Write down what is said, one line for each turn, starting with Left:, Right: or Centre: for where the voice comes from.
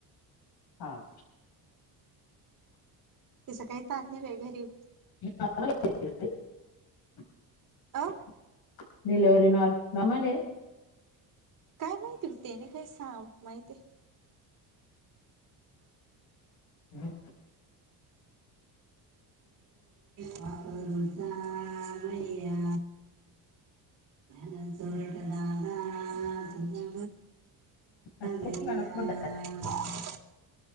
Left: हा.
Right: तचं काही तरान्य वगैरे
Left: <inaudible>
Right: अ
Left: डलवररी नॉार मामली
Right: काय माहिती होते ना काय सांग माहिती आहे.
Left: हम.
Right: पाप रुता भैया <unintelligible> तुझ
Left: <inaudible>
Right: गैया